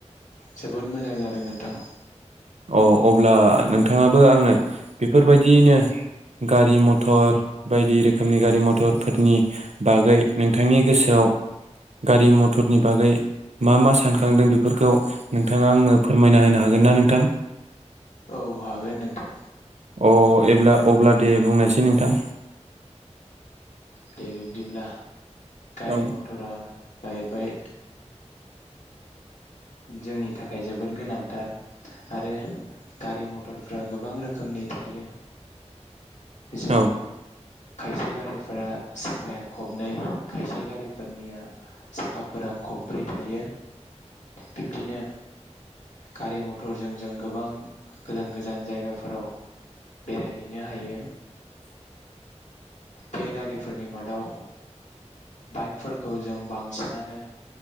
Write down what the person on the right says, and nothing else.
अ अब्ला नोंथाङाबो आंनो बेफोरबायदियैनो गारि मथर बायदि रोखोमनि गारि मथरफोरनि बागै नोंथांनि गोसोआव गारि मटरनि बागै मा मा सानखांदों बेफोरखौ नोंथाङा आंनो फोरमायना होनो हागोन ना नोंथां?
अ एब्ला अब्ला दे बुंनोसै नोंथां?
औ
औ